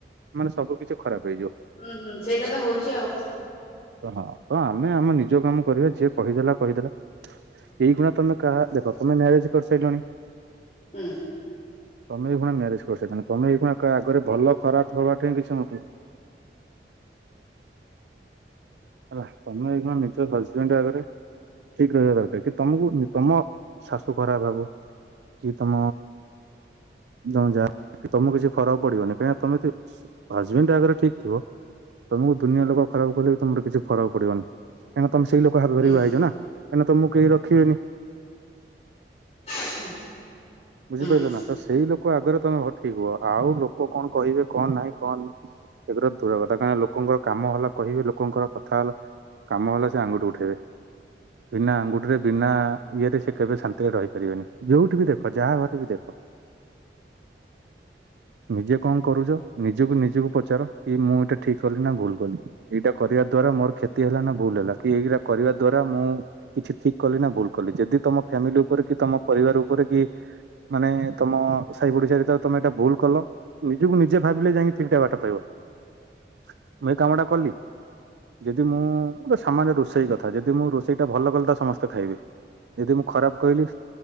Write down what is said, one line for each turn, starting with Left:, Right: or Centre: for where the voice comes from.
Right: ମାନେ, ସବୁ କିଛି ଖରାପ ହେଇଯିବ।
Left: ହୁଁ, ହୁଁ ସେଇଟା ତ ହଉଛି ଆଉ।
Right: ତ, ହଁ। ତ, ଆମେ ଆମେ ନିଜ କାମ କରିବା। ଯିଏ କହି ଦେଲା, କହି ଦେଲା। ଏଇ ଖୁଣା ତମେ କାହା ଦେଖ, ତମେ ମ୍ୟାରେଜ କରି ସାଇଲଣି।
Left: ହୁଁ।
Right: ତମେ ଏଇ ଖୁଣା ମ୍ୟାରେଜ କରିସାରି ଲଣି। ତମେ ଏଇ ଖୁଣା କା ଆଗରେ ଭଲ ଖରାପ ହବା ଠେଇଁ କିଛି ମତ ହେଲା, ତମେ ଏଇ ଖୁଣା ନିଜ ହଜବେଣ୍ଡ୍ ଆଗରେ। ଠିକ୍ ରହିବା ଦରକାର କି, ତମକୁ ତମ ଶାଶୁ ଖରାପ ଭାବୁ। କି, ତମ ତମ ଯା ତମକୁ, କିଛି ଫରକ ପଡିବନି କାହିଁକି ନା, ତମେ ଯଦି। ହଜବେଣ୍ଡ୍ ଆଗରେ ଠିକ ଥିବ, ତମକୁ ଦୁନିଆ ଲୋକ ଖରାପ କଲେ ବି, ତମର। କିଛି ଫରକ ପଡିବନି‌ କାହିଁ ନା, ତମ ସେଇ ଲୋକ ହାତ ଧରିକି
Left: ହୁଁ
Right: ବାହା ହେଇଛ ନା। କାହିଁ ନା, ତମକୁ କେହି ରଖିବେନି।
Left: <inaudible>
Right: ବୁଝି
Left: ହୁଁ।
Right: ପାଇଲେ ନା‌ ସ ସେଇ ଲୋକ ଆଗରେ ତମେ ଭ ଠିକ ହୁଅ ଆଉ ଲୋକ କଣ କହିବେ, କଣ ନାହିଁ, କଣ। ସେଗୁରା ଦୂର କଥା କାଇଁ‌ ନା ଲୋକ ଙ୍କର କାମ ହେଲା କହିବେ ଲୋକଙ୍କର କଥାହେଲା। କାମ ହେଲା, ସେ ଆଙ୍ଗୁଠି ଉଠେଇବେ। ବିନା ଆଙ୍ଗୁଠି ରେ, ବିନା ଇଏରେ, ସେ କେବେ ଶାନ୍ତିରେ ରହି ପାରିବେନି ଯୋଉଠି ବି ଦେଖ। ଯାହା ଘରେ ବି ଦେଖ।
Left: <inaudible>
Right: ନିଜେ କଣ କରୁଛ, ନିଜକୁ ନିଜକୁ ପଚାର, କି ମୁଁ ଏଇଟା ଠିକ କଲି, ନା ଭୁଲ କଲି। ଏଇଟା କରିବା ଦ୍ଵାରା ମୋର କ୍ଷତି ହେଲା, ନା ଭୁଲ ହେଲା କି, ଏଇଗିରା କରିବା ଦ୍ଵାରା ମୁଁ। କିଛି ଠିକ କଲି, ନା ଭୁଲ କଲି ଯଦି ତମ ଫ୍ୟାମିଲି ଉପରେ କି, ତମ ପରିବାର ଉପରେ କି। ମାନେ, ତମ ସାହି ପଡିଶା, ଭିତରେ ତମେ ଏଇଟା ଭୁଲ କଲ। ନିଜକୁ ନିଜେ ଭାବିଲେ, ଯାଇଁ ଠିକ ଟା ବାଟ ପାଇବ‌ ମୁଁ ଏଇ କାମଟା କଲି। ଯଦି ମୁଁ! ଗୋଟେ ସାମାନ୍ୟ ରୋଷେଇ କଥା, ଯଦି ମୁଁ ରୋଷେଇ ଟା ଭଲ କଲି, ତ ସମସ୍ତେ ଖାଇବେ। ଯଦି ମୁଁ ଖରାପ କହିଲି,